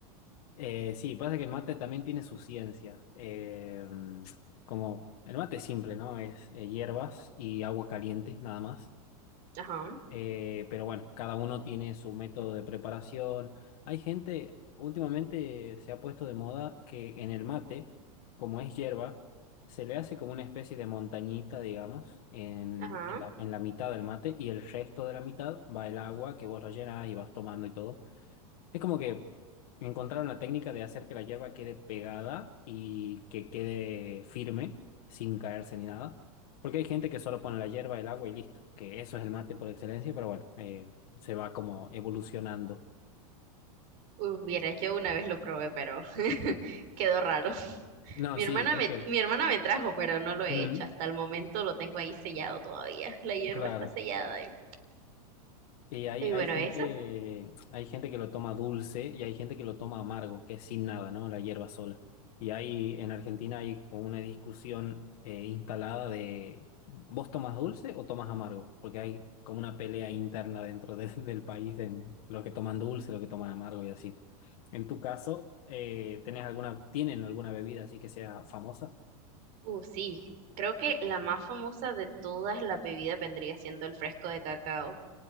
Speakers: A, on the left (about 65°); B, on the right (about 50°).
A: eh, sí, pasa que el mate también tiene su ciencia. Eh, mm, como el mate es simple, ¿no? Es eh, hierbas y agua caliente, nada más.
B: Ajá,
A: Eh, pero bueno, cada uno tiene su método de preparación. Hay gente, últimamente se ha puesto de moda que en el mate, como es hierba, se le hace como una especie de montañita, digamos, en,
B: ajá.
A: en la, en la mitad del mate y el resto de la mitad va el agua que vos lo llenas y vas tomando y todo. Es como que encontraron la técnica de hacer que la hierba quede pegada y que quede firme, sin caerse ni nada. Porque hay gente que solo pone la hierba, el agua y listo, que eso es el mate por excelencia, pero bueno, eh, se va como evolucionando.
B: Uf, viera, yo una vez lo probé, pero <laughs> quedó raro.
A: No,
B: Mi
A: sí,
B: hermana
A: es
B: me,
A: que...
B: mi hermana me trajo, pero no lo he
A: Mm,
B: hecho. Hasta el momento lo tengo ahí sellado todavía. <laughs> La hierba
A: claro.
B: está sellada. Y,
A: Y hay,
B: y
A: hay
B: bueno,
A: gente,
B: esa.
A: hay gente que lo toma dulce y hay gente que lo toma amargo, que es sin nada, ¿no? La hierba sola. Y hay, en Argentina hay como una discusión eh, instalada de ¿vos tomas dulce o tomas amargo? Porque hay como una pelea interna dentro de- <laughs> del país en los que toman dulce, los que toman amargo y así. En tu caso, eh, ¿tenés alguna, tienen alguna bebida así que sea famosa?
B: Uh, sí. Creo que la más famosa de todas las bebidas vendría siendo el fresco de cacao.